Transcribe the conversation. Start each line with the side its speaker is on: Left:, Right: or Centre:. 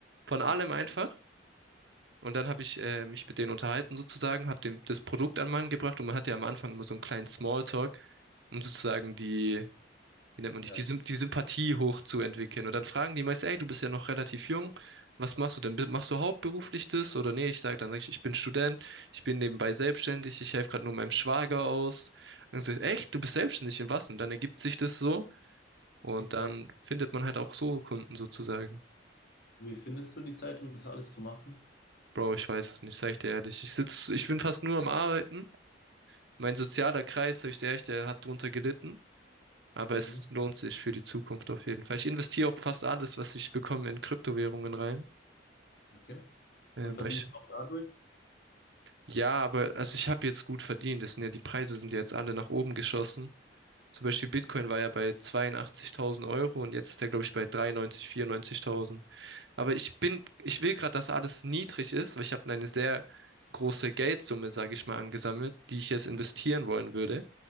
Right: von allem
Left: Ja,
Right: einfach. Und dann habe ich äh, mich mit denen unterhalten sozusagen, habe dem das Produkt an Mann gebracht und man hat ja am Anfang immer so einen kleinen Smalltalk, um sozusagen die wie nennt man dich,
Left: ja,
Right: die, Symp- die Sympathie hochzuentwickeln. Und dann fragen die meist, ey, du bist ja noch relativ jung, was machst du denn? Bi- Machst du hauptberuflich das? Oder nee, ich sage dann, sag ich, ich bin Student, ich bin nebenbei selbstständig, ich helfe gerade nur meinem Schwager aus. Und dann sag ich, echt, du bist selbstständig in was? Und dann ergibt sich das so und
Left: okay, krass.
Right: dann findet man halt auch so Kunden sozusagen.
Left: Wie findest du die Zeit, um das alles zu machen?
Right: Bro, ich weiß es nicht, sag ich dir ehrlich. Ich sitz, ich bin fast nur am Arbeiten. Mein sozialer Kreis, sag ich dir ehrlich, der hat drunter gelitten. Aber
Left: Mhm.
Right: es lohnt sich für die Zukunft auf jeden Fall. Ich investiere auch fast alles, was ich bekomme, in Kryptowährungen rein.
Left: Okay.
Right: Ähm,
Left: Und verdienst
Right: weil ich,
Left: auch dadurch?
Right: ja, aber also ich habe jetzt gut verdient. Das sind ja, die Preise sind ja jetzt alle nach oben geschossen. Zum Beispiel Bitcoin war ja bei 82.000 Euro und jetzt ist er, glaube ich, bei 93.000, 94.000. Aber ich bin, ich will gerade, dass alles niedrig ist, weil ich habe eine sehr große Geldsumme, sage ich mal, angesammelt, die ich jetzt investieren wollen würde.